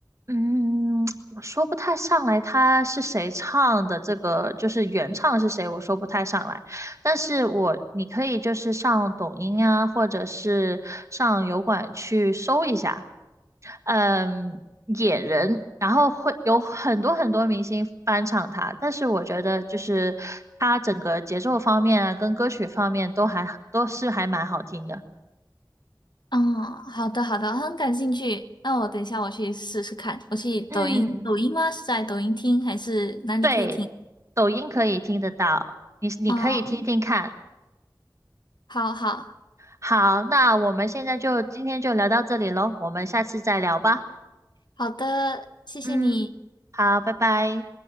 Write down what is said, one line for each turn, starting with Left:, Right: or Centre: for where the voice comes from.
Right: 嗯，我说不太上来他是谁唱的，这个就是原唱是谁，我说不太上来。但是我你可以就是上抖音啊，或者是上油管去搜一下，嗯，野人，然后会有很多很多明星翻唱他，但是我觉得就是他整个节奏方面啊，跟歌曲方面都还都是还蛮好听的。
Left: 嗯，好的好的，很感兴趣。那我等一下我去试试看。我去抖音，
Right: 嗯，
Left: 抖音吗？是在抖音听还是哪里可以听？
Right: 对，抖音可以听得到，你你可以听听看。
Left: 嗯，好好
Right: 好，那我们现在就今天就聊到这里喽，我们下次再聊吧。
Left: 好的，谢谢你。
Right: 嗯，好，拜拜。